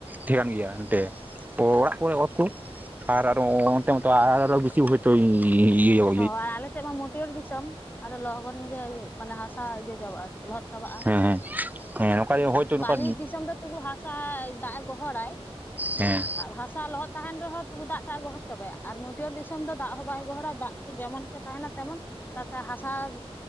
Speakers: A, on the right; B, on the left.
A: ᱛᱟᱦᱮᱱ ᱜᱮᱭᱟ ᱮᱱᱛᱮ ᱚᱲᱟᱜ ᱠᱚᱨᱮ ᱚᱛ ᱠᱚ ᱟᱨ ᱟᱨᱚ ᱚᱱᱛᱮ ᱢᱚᱛᱚ ᱟᱨᱦ ᱟᱨᱚ ᱵᱤᱥᱤ ᱦᱩᱭ ᱛᱳ <unintelligible>
B: ᱦᱚ ᱟᱞᱮ ᱥᱮᱫ ᱢᱟ ᱢᱟᱹᱴᱭᱟᱹᱨ ᱫᱤᱥᱚᱢ ᱟᱨᱚ ᱞᱚᱜᱚᱱ ᱜᱮ ᱢᱟᱱᱮ ᱦᱟᱥᱟ ᱤᱭᱟᱹ ᱪᱟᱵᱟᱜᱼᱟ ᱟᱨᱠᱤ ᱞᱚᱦᱚᱫ ᱪᱟᱵᱟᱜᱼᱟ᱾
A: ᱦᱮᱸ ᱦᱮᱸ ᱦᱮᱸ ᱱᱚᱝᱠᱟ ᱦᱳᱭᱛᱳ ᱱᱚᱝᱠᱟ
B: ᱵᱟᱹᱞᱤ ᱫᱤᱥᱚᱢ ᱫᱚ ᱛᱚᱵᱩ ᱦᱟᱥ ᱪᱟᱭ ᱫᱟᱜ ᱮ ᱜᱚᱦᱚᱲᱟᱭ
A: ᱦᱮᱸ
B: ᱦᱟᱥᱟ ᱞᱚᱦᱚᱫ ᱛᱟᱦᱮᱱ ᱨᱮᱦᱚᱸ ᱛᱚᱵᱩ ᱫᱟᱜ ᱴᱟᱜ ᱮ ᱜᱚᱦᱚᱲ ᱪᱟᱵᱟᱭᱟ ᱟᱨ ᱢᱟᱹᱴᱭᱟᱹᱲ ᱫᱤᱥᱚᱢ ᱫᱚ ᱫᱟᱜ ᱦᱚᱸ ᱵᱟᱭ ᱜᱚᱦᱚᱲᱟ ᱫᱟᱜ ᱡᱮᱢᱚᱱ ᱠᱮ ᱛᱟᱦᱮᱱᱟ ᱛᱮᱢᱚᱱ ᱛᱟᱛᱮ ᱦᱟᱥᱟ